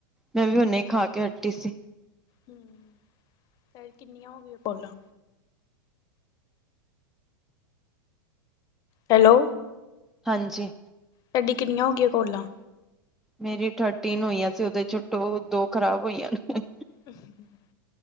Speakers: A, in the centre; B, on the left.
A: ਮੈਂ ਵੀ ਹੁਨੇ ਖਾਕੇ ਹਟੀ ਸੀ।
B: ਹੂੰ, ਤੇ ਕਿੰਨੀਆਂ ਹੋ ਗਈਆਂ ਕੌਲਾਂ? ਹੈਲੋ।
A: ਹਾਂਜੀ।
B: ਤਾਡੀ ਕਿੰਨੀਆਂ ਹੋ ਗਈਆਂ ਕੌਲਾਂ?
A: ਮੇਰੀ ਥਰਟੀਨ ਹੋਈਆਂ ਸੀ, ਉਹਦੇ'ਚੋ ਟੂ, ਦੋ ਖ਼ਰਾਬ ਹੋਈਆਂ ਨੇ।
B: ਹ <inaudible>